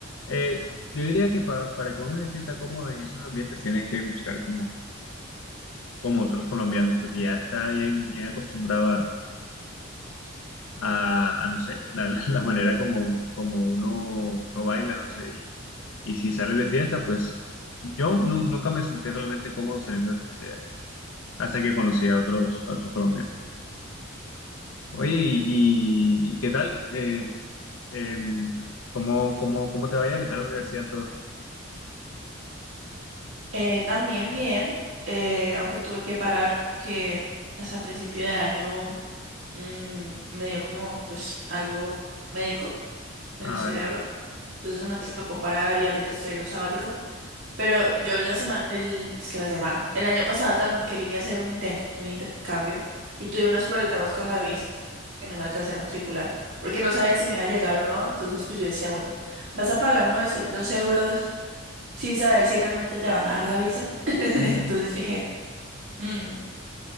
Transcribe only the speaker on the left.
Eh, yo diría que pa- para que uno se sienta cómodo en esos ambientes tienes que buscar como, como otros colombianos, porque ya está bien, bien acostumbrado a, a- a, no sé, la, la- la manera como, como uno, uno baila, no sé. Y, y si sales de fiesta, pues yo nu- nunca me sentí realmente cómodo saliendo de fiesta, ya, hasta que conocí a otros, a otros colombianos. Oye, ¿y, y- y qué tal? Eh, em, ¿cómo, cómo, cómo te vaya? ¿Qué tal la universidad? Todo.
Ah,
vale.
Mm,